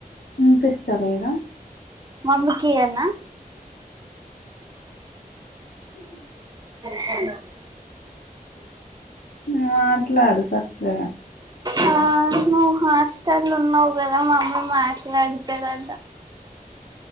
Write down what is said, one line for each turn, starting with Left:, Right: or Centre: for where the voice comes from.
Left: ఇనిపిస్తలేదా
Right: మమ్మకి ఇయ్యన్నా <unintelligible>
Left: మా ట్లాడు సక్కగా
Right: ఆ నువ్వు హాస్టల్ ఉన్నావు కదా మమ్మి మాట్లాడతాదట